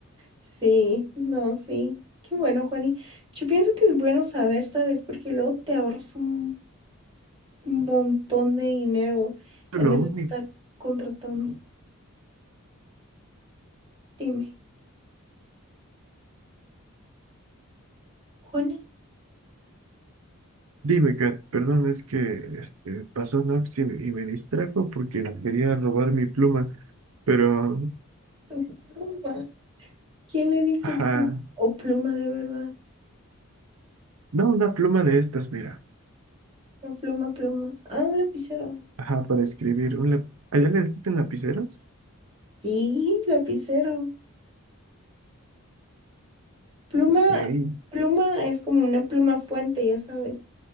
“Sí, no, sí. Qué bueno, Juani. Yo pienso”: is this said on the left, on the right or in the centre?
Right